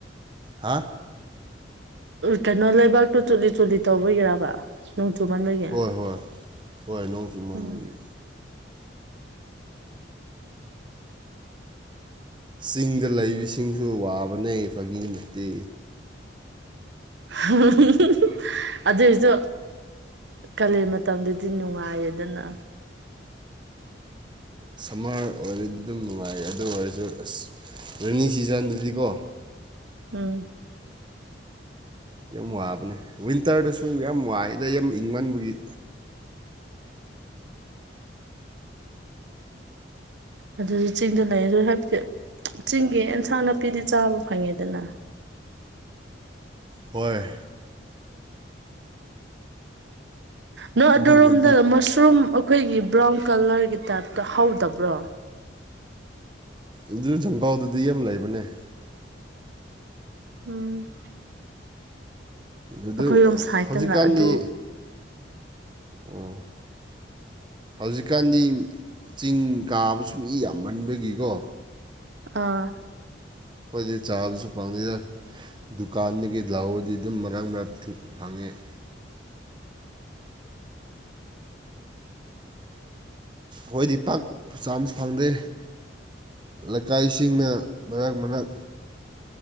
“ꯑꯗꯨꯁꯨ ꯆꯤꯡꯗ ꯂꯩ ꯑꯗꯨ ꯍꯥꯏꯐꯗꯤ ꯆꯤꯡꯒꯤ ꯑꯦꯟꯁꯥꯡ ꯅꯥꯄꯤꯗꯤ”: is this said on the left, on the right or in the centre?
Right